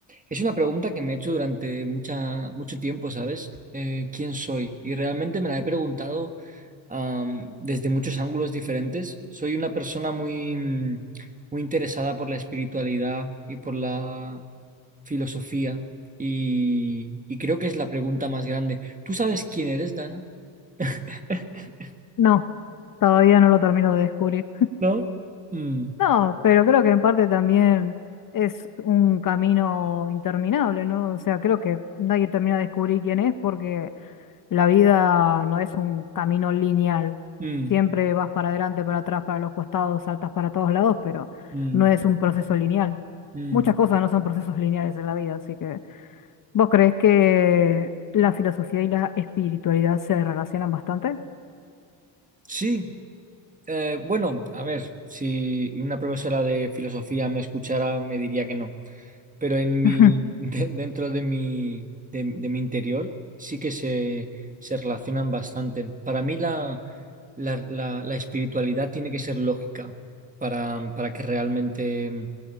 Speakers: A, on the right; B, on the left.
A: Es una pregunta que me he hecho durante mucha, mucho tiempo, ¿sabes? Eh, ¿quién soy? Y realmente me la he preguntado. am, desde muchos ángulos diferentes. Soy una persona muy, mm, muy interesada por la espiritualidad y por la filosofía y, y creo que es la pregunta más grande. ¿Tú sabes quién eres, Dana? <laughs>
B: No, todavía no lo termino de descubrir.
A: ¿No? Mm,
B: No, pero creo que en parte también es un camino interminable, ¿no? O sea, creo que nadie termina de descubrir quién es porque la vida no es un camino lineal.
A: Mm,
B: Siempre vas para adelante, para atrás, para los costados, saltas para todos lados, pero
A: mm,
B: no es un proceso lineal.
A: mm.
B: Muchas cosas no son procesos lineales en la vida, así que... ¿Vos crees que la filosofía y la espiritualidad se relacionan bastante?
A: Sí, eh, bueno, a ver, si una profesora de filosofía me escuchara, me diría que no. pero en mi,
B: Ujú.
A: <laughs> de- dentro de mi, de, de mi interior sí que se, se relacionan bastante. Para mí la, la, la- la espiritualidad tiene que ser lógica para, para que realmente mm,